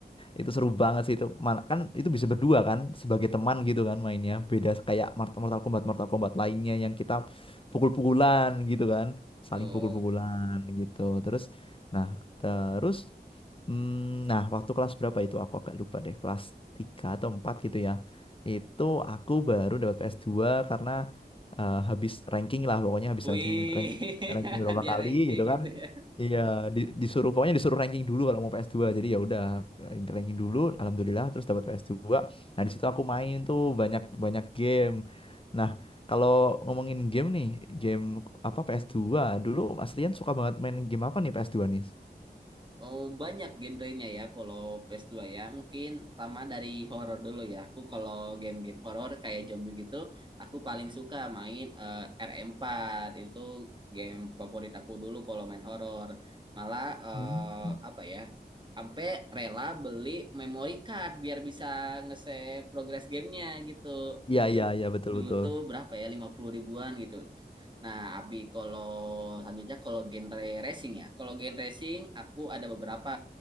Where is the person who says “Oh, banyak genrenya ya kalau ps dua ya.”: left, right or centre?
Right